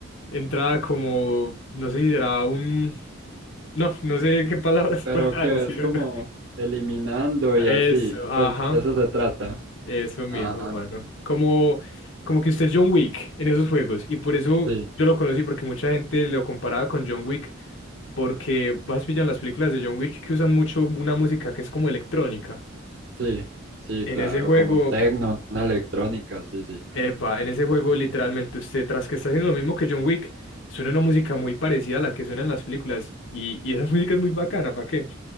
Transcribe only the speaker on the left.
Entra como. No sé si será un. No, no sé qué palabras
<laughs> pueda
decir
o no.
Eso,
ajá.
Eso mismo,
mano. Como, como que usted es John Wick en esos juegos. Y por eso
yo lo conocí, porque mucha gente lo comparaba con John Wick. Porque vas pillan las películas de John Wick que usan mucho una música que es como electrónica.
En
ese juego,
epa, en ese juego literalmente usted, tras que está haciendo lo mismo que John Wick, suena una música muy parecida a la que suena en las películas. Y, y esa <laughs> música es muy bacana, ¿para qué?